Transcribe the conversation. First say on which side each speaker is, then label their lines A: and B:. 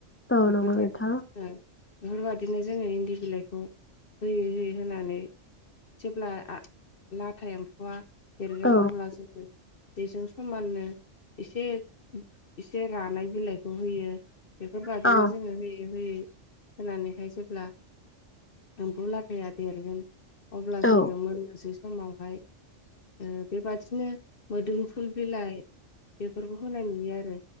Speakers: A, on the left; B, on the left.
A: औ
B: बेफोर
A: नंगौ
B: बायदिनो
A: नोंथां
B: जोङो बेफोर बायदिनो जोङो इन्दि बिलाइखौ होयै होयै होनानै जेब्ला लाथा एम्फौआ देरगोन
A: औ
B: अब्ला जोङो बेजों समाननो एसे एसे रानाय बिलाइखौ होयो बेफोर बादिनो
A: औ
B: जोङो होयै होयै होनानैहाय जेब्ला एम्फौ लाथाया देरगोन अब्ला
A: औ
B: जोङो मोननोसै समावहाय ओ बेबादिनो मोदोमफुल बिलाइ बेफोरफोरखौ होनाय नुयो आरो